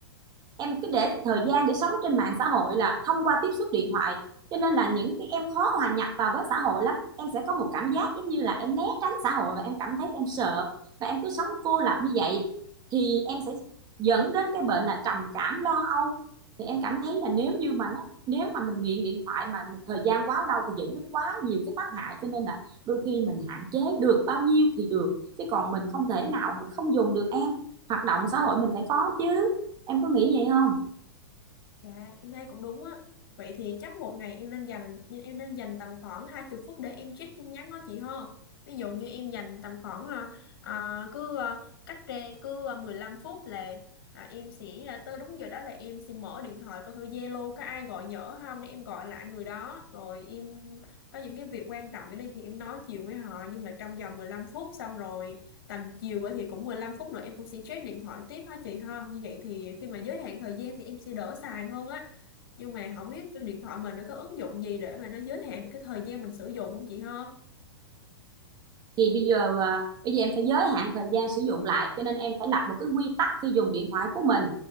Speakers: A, on the right (about 30°); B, on the left (about 60°).
A: em cứ để cái thời gian để sống trên mạng xã hội là thông qua tiếp xúc điện thoại cho nên là những cái em khó hòa nhập vào với xã hội lắm em sẽ có một cảm giác giống như là em né tránh xã hội và em cảm thấy em sợ và em cứ sống cô lập như vậy thì em sẽ dẫn đến cái bệnh là trầm cảm lo âu thì em cảm thấy là nếu như mà nó nếu mà mình nghiện điện thoại mà thời gian quá lâu thì dẫn đến quá nhiều cái tác hại cho nên là đôi khi mình hạn chế được bao nhiêu thì được chứ còn mình không thể nào mình không dùng được em hoạt động xã hội mình phải có chứ em có nghĩ vậy không
B: dạ em thấy cũng đúng á vậy thì chắc một ngày em nên dành em nên dành tầm khoảng 20 phút để em check tin nhắn đó chị ha ví dụ như em dành tầm khoảng à, à, cứ à, cách ra cứ à, 15 phút là à, em sẽ à, tới đúng giờ đó là em sẽ mở điện thoại coi thử Zalo có ai gọi nhỡ không để em gọi lại người đó rồi em có những cái việc quan trọng ở đây thì em nói chuyện với họ nhưng mà trong vòng 15 phút xong rồi tầm chiều á thì cũng 15 phút nữa em cũng sẽ check điện thoại tiếp ha chị ha như vậy thì khi mà giới hạn thời gian thì em sẽ đỡ xài hơn á nhưng mà không biết trên điện thoại mình nó có ứng dụng gì để mà nó giới hạn được cái thời gian mình sử dụng không chị ha
A: thì bây giờ à, bây giờ em phải giới hạn thời gian sử dụng lại cho nên em phải lập một cái quy tắc khi dùng điện thoại của mình